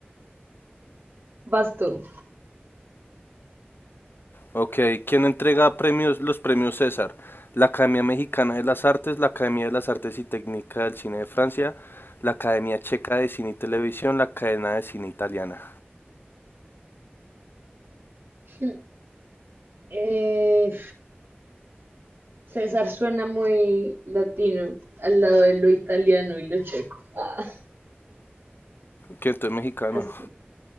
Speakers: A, on the right; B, on the left.
A: Vas tú.
B: ok. ¿Quién entrega premios, los premios César? La Academia Mexicana de las Artes, la Academia de las Artes y Técnica del Cine de Francia, la Academia Checa de Cine y Televisión, la Cadena de Cine Italiana.
A: <laughs> Eh, César suena muy latino al lado de lo italiano y lo checo. Ah,
B: ¿Quién entonces mexicano?
A: así